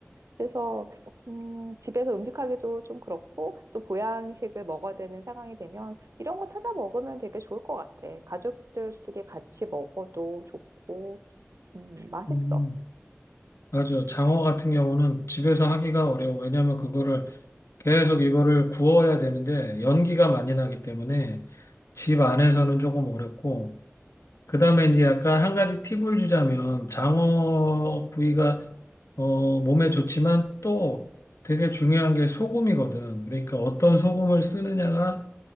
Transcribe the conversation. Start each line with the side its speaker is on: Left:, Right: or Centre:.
Right: 그래서 음, 집에서 음식하기도 좀 그렇고 또 보양식을 먹어야 되는 상황이 되면 이런 거 찾아 먹으면 되게 좋을 것 같아. 가족들끼리 같이 먹어도 좋고 음, 맛있어.
Left: 음. 맞아. 장어 같은 경우는 집에서 하기가 어려워. 왜냐하면 그거를 계속 이거를 구워야 되는데 연기가 많이 나기 때문에 집 안에서는 조금 어렵고 그 다음에 이제 약간 한 가지 팁을 주자면 장어 구이가 어, 몸에 좋지만 또 되게 중요한 게 소금이거든. 그러니까 어떤 소금을 쓰느냐가